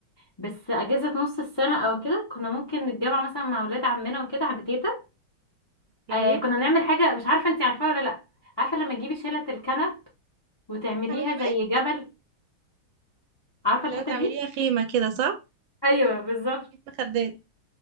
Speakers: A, on the left; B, on the right.
A: بس اجازة نص السنة او كده كنا ممكن نتجمع مثلا مع ولاد عمنا وكده عند تيتا
B: ايه
A: آه كنا بنعمل حاجة مش عارفة انتي عارفاها ولا لأ عارفة لما تجيبي شيلة الكنب وتعمليها
B: تعملي بيت
A: زي جبل عارفة الحتة
B: لو تعمليها
A: دي
B: خيمة كده صح
A: ايوه بالظبط
B: بيت مخدات